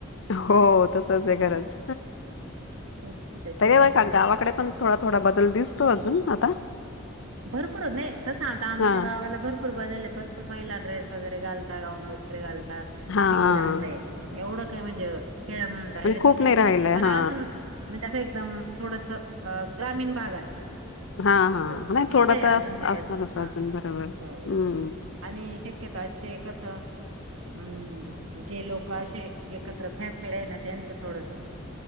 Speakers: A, on the left; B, on the right.
A: हो
B: तसं
A: तसच आहे खरच.
B: तेच त्याच्यामुळे
A: तरी पण
B: त्यांनी
A: गावाकडे पण थोडा-थोडा बदल दिसतो अजून. आता
B: भरपूर नाही. तस आता आमच्या
A: हा
B: गावाला भरपूर बदल हाय भरपूर महिला ड्रेस वगैरे घालतात. गाऊन वगैरे घालतात.
A: हा
B: फ्री राहतायत
A: हा.
B: येएवढं काय म्हणजे. खेळा म्हणून राहिलेला
A: म्हणजे खूप
B: का नाही
A: राहिलय
B: पण.
A: हा
B: अजून म्हणजे असं एकदम थोडस ग्रामीण भागात.
A: हा. हा.
B: एकदम
A: नाही
B: तिकडे
A: थोडा
B: आहे
A: तर
B: अजून ती
A: असणारच
B: पद्धत हा
A: अजून बरोबर हम्म..
B: हो आणि शक्यताे ते कस. हम्म जे लोक असे एकत्र फॅमिली आहे ना. त्यांचं थोडस